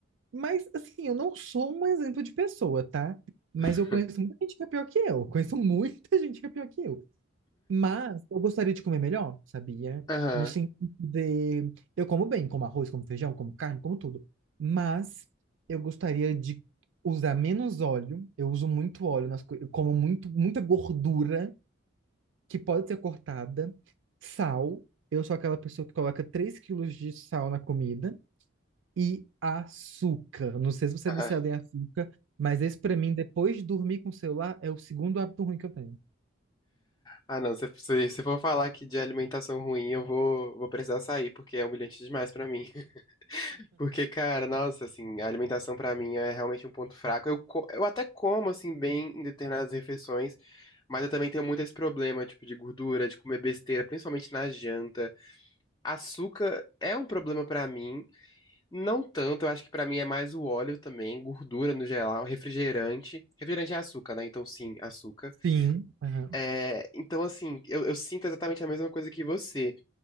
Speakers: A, on the right; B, on the left.
A: Mas, assim, eu não sou um exemplo de pessoa, tá? Mas
B: <laughs>
A: eu conheço muita gente que é pior que eu. Conheço <laughs> muita gente que é pior que eu. Mas eu gostaria de comer melhor, sabia?
B: Aham.
A: No sentido de. Eu como bem, como arroz, como feijão, como carne, como tudo. Mas eu gostaria de usar menos óleo. Eu uso muito óleo nas coisas. Eu como muito, muita gordura que pode ser cortada. Sal. Eu sou aquela pessoa que coloca 3 quilos de sal na comida. E açúcar. Não sei se você é viciado
B: Ai.
A: em açúcar, mas esse pra mim, depois de dormir com o celular, é o segundo hábito ruim que eu tenho.
B: Ah, não, se se- se for falar aqui de alimentação ruim, eu vou, vou precisar sair, porque é humilhante demais pra mim. <laughs> Porque, cara, nossa, assim, a alimentação pra mim é realmente um ponto fraco. Eu, co- eu até como, assim, bem em determinadas refeições, mas eu também tenho muito esse problema, tipo, de gordura, de comer besteira, principalmente na janta. Açúcar é um problema pra mim, não tanto, eu acho que pra mim é mais o óleo também, gordura no geral, refrigerante. Refrigerante é açúcar, né? Então, sim, açúcar.
A: Sim. aham.
B: É, então, assim, eu, eu sinto exatamente a mesma coisa que você.